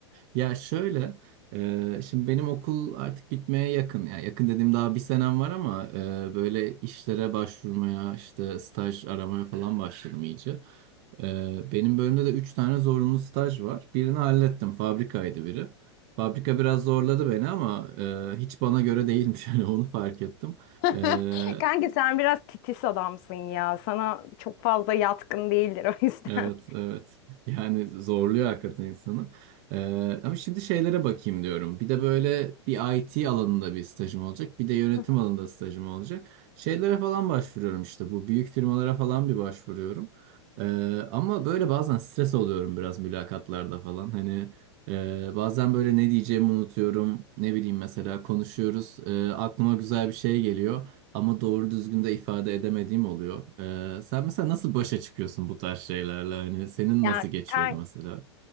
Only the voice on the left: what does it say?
<laughs>
Kanki sen biraz titiz adamsın ya. Sana çok fazla yatkın değildir o yüzden.
Hı hı.
Yani
kan